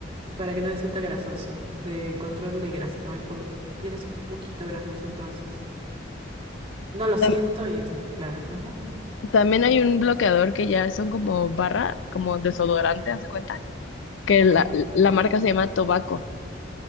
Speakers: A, on the right (about 30°); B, on the left (about 75°).
A: para que no se sienta grasoso, de control de grasa. Como mi pu- piel es un poquito grasosa, entonces no lo siento
B: tam-
A: y encima, claro. ujú.
B: también hay un bloqueador que ya son como barra, como desodorante, ¿haz de cuenta? que
A: Ok,
B: la, la marca se llama Tobacco.